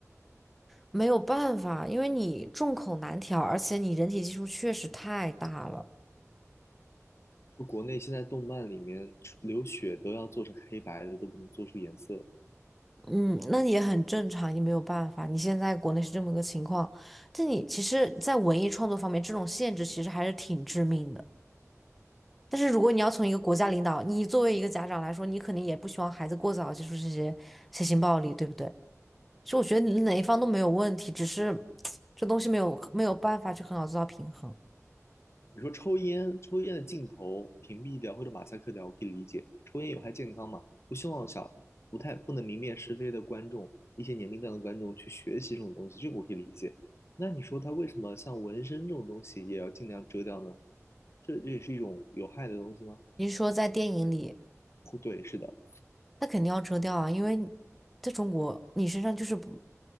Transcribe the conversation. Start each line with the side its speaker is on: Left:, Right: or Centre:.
Centre: 没有办法，因为你众口难调，而且你人体基数确实太大了。
Left: 就国内现在动漫里面出流血都要做成黑白的，都不能做出颜色。
Centre: 嗯，那也很正常，也没有办法。你现在国内是这么个情况，但你其实，在文艺创作方面，这种限制其实还是挺致命的。但是如果你要从一个国家领导，你作为一个家长来说，你肯定也不希望孩子过早接触这些血腥暴力，对不对？其实我觉得你哪一方都没有问题，只是这东西没有没有办法去很好做到平衡。
Left: 你说抽烟，抽烟的镜头屏蔽掉或者马赛克掉，我可以理解。抽烟有害健康嘛？不希望小不太不能明辨是非的观众，一些年龄段的观众去学习这种东西，这个我可以理解。那你说他为什么像纹身这种东西也要尽量遮掉呢？这这也是一种有害的东西吗？
Centre: 你是说在电影里，
Left: 不对，是的。
Centre: 那肯定要遮掉啊，因为你在中国，你身上就是不，